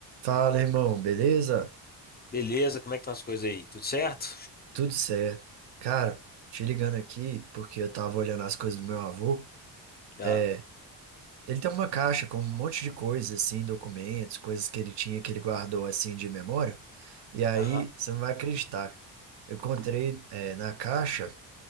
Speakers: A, on the right; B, on the left.
A: Fala, irmão, beleza?
B: Beleza, como é que estão as coisas aí? Tudo certo?
A: Tudo certo. Cara, te ligando aqui porque eu tava olhando as coisas do meu avô.
B: Ah,
A: É, ele tem uma caixa com um monte de coisas, assim, documentos, coisas que ele tinha que ele guardou, assim, de memória. E aí,
B: aham.
A: você não vai acreditar. Eu encontrei, é, na caixa